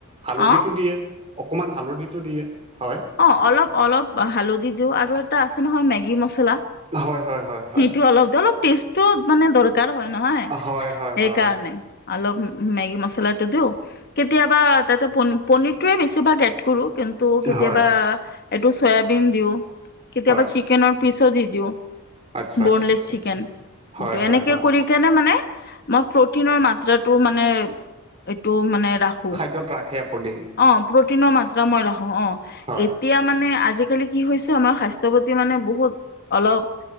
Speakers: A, on the right (about 30°); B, on the left (about 45°).
A: হালধিটো
B: অঁ
A: দিয়ে, অকমান হালধিটো দিয়ে। হয়।
B: অ', অলপ, অলপ হালধি দিওঁ আৰু এটা আছে নহয় মেগী মচলা।
A: হয় হয় হয় হয়
B: সেইটো অলপ, অলপ টেষ্টও মানে দৰ কাৰ হয় নহয়
A: হয় হয় হয়
B: সেইকাৰণে। অলপ মেগী মছলাটো দিওঁ। কেতিয়াবা তাতে পনী পনীৰটোৱে বেছিভাগ এড কৰো। কিন্তু কেতিয়াবা,
A: হয় হয়
B: এইটো চয়াবিন দিওঁ কেতিয়াবা,
A: হয়
B: চিকেনৰ পিচো দি দিওঁ।
A: আচ্ছা
B: বনলেছ
A: আচ্ছা আচ্ছা
B: চিকেন।
A: আচ্ছা হয়
B: সেইটো
A: হয়
B: এনেকে
A: হয়
B: কৰি সেইকাৰণে মানে, মই প্ৰটিনৰ মাত্ৰাটো মানে, এইটো মানে ৰাখো।
A: য'ত ৰাখেপ প্ৰ'টিন।
B: অ', প্ৰটিনৰ মাত্ৰা মই ৰাখো। অ',
A: হয়
B: এতিয়া মানে, আজিকালি কি হৈছে, আমাৰ স্বাস্থ্যৰ প্ৰতি মানে বহুত অলপ,